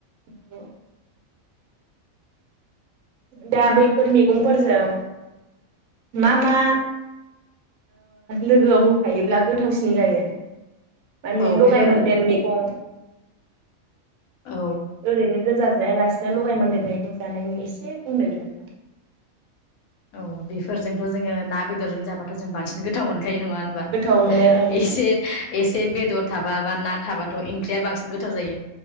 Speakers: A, on the right (about 75°); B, on the left (about 85°).
A: औ दा बैफोर मैगंफोरजों मा मा लोगोआव होफायोब्ला गोथावसिन जायो माने
B: औ
A: लगाय
B: बेफोर
A: मोनदेर मेगं
B: औ
A: ओरैनो गोजा जायालासिनो लगाय मोन्देर मैगं जानायनि एसे बुंदों बे
B: औ बेफोरजोंथ जोङो ना बेदरजों जाबाथजों बांसिन गोथाव मोनगोन खै नङा होनबा
A: गोथाव मोनो औ
B: एसे एसे बेदर थाबा माबा बा ना थाबाथ ओंख्रिया बांसिन गोथाव जायो